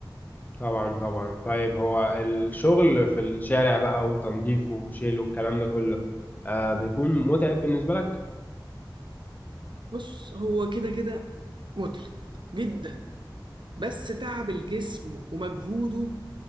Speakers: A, on the left; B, on the right.
A: طبعا طبعا طيب هو الشغل في الشارع بقى وتنظيفه وشيله والكلام ده كله آه بيكون متعب بالنسبة لك
B: بص هو كده كده متعب جدا بس تعب الجسم ومجهوده